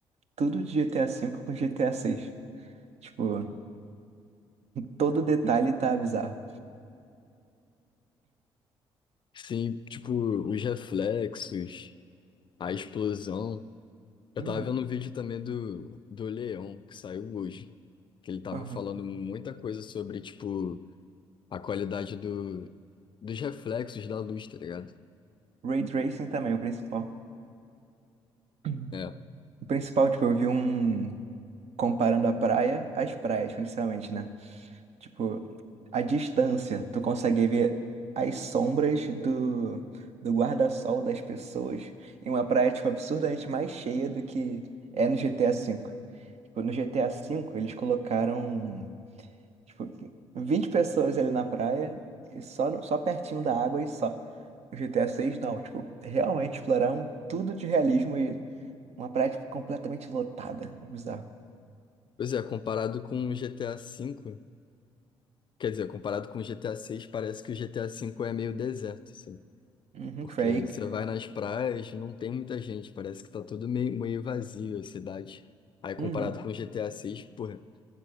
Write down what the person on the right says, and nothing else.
tudo de GTA V com GTA VI. Tipo, todo detalhe tá bizarro.
Uhum,
aham.
Ray Tracing também, o principal. Uhum.
O principal, tipo, eu vi um comparando a praia às praias, principalmente, né? Tipo, a distância, tu consegue ver as sombras do, do guarda-sol das pessoas em uma praia, tipo, absurdamente mais cheia do que é no GTA V. Tipo, no GTA V, eles colocaram, tipo, 20 pessoas ali na praia e só, no- só pertinho da água e só. No GTA seis não. Tipo, realmente exploraram tudo de realismo e uma praia, tipo, completamente lotada. Bizarro.
Uhum,
Drake.
Uhum.